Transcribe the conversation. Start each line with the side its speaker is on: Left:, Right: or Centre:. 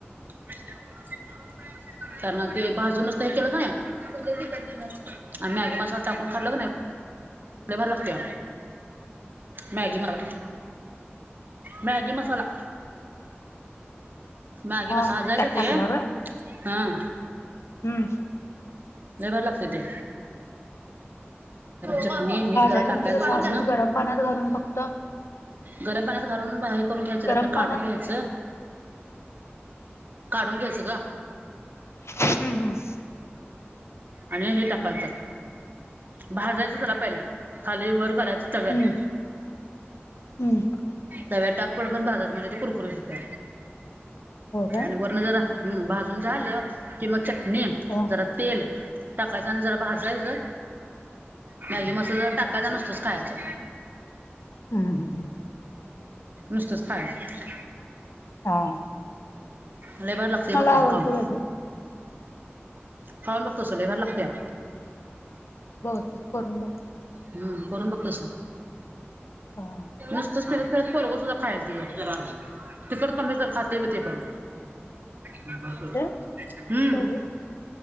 Right: विषय ब <inaudible> त्याना ते भाजूनच केलं का नाही आणि मॅगी मसाला टाकून खाल्ला का नाही.
Left: हम्म
Right: लय भारी लागतंय मॅगी
Left: बघू
Right: मला मॅगी मसाला. मॅगी
Left: हा
Right: मसाला भाजायचं
Left: त्यात
Right: ते
Left: टाकल्यावर होय.
Right: हा
Left: हम्
Right: लय भारी लागते ते.
Left: हम्म
Right: चटणी मीठ
Left: भाजायचं
Right: जरा टाकायचं
Left: म्हणजे कसं
Right: वरनं.
Left: असंच गरम पाण्यात घालून फक्त
Right: गरम पाण्यात घालून बा हे करून घ्यायचं त्यातनं
Left: गरम
Right: काढून
Left: पाण्यात
Right: घ्यायचं. काढून घ्यायचं गं
Left: हम्म हम्म
Right: आणि हे टाकायचं, भाजायचं जरा पहिला खाली वर करायचं चट
Left: हम्म हम्म
Right: तव्यात डाग पडू पर्यंत भाजायच म्हणजे ते कुरकुरीत होत्या
Left: हो काय
Right: आणि वरण जरा हम्म भाजून झालं कि म चटणी
Left: हो
Right: जरा तेल टाकायचं आणि जरा भाजायचे, मॅगी
Left: हम्म
Right: मसाला टाकायचा ‌. कदा नसतच खायचं.
Left: हम हम्म ह
Right: नुसतस खायचं.
Left: हा
Right: लय भारी लागते,
Left: मला
Right: बघ तसं
Left: आवडतं
Right: खाऊन.
Left: बाई ते
Right: खाऊन बघ तसं, लय भारी लागतया.
Left: बहुतेक करून बघते.
Right: हम्म करून बघ तसं.
Left: हा
Right: नुसतंचं फिरत फिरत पोरगं सुद्धा खायल तुझ. तिखट कमी कर खातेयं ब ते पन. हम्म
Left: ते बघू